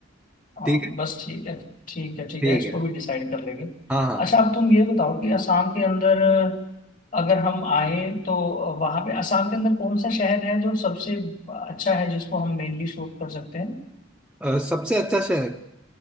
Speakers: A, on the left; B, in the centre.
A: हाँ
B: ठीक है
A: बस ठीक है ठीक है ठीक
B: ठीक
A: है इसको
B: है
A: भी डिसाइड कर लेंगे
B: हाँ हाँ
A: अच्छा अब तुम ये बताओ कि असम के अंदर अगर हम आए तो वहां पे असम के अंदर कौन सा शहर है जो सबसे अच्छा है जिसको हम मेनली शूट कर सकते हैं
B: अ, सबसे अच्छा शहर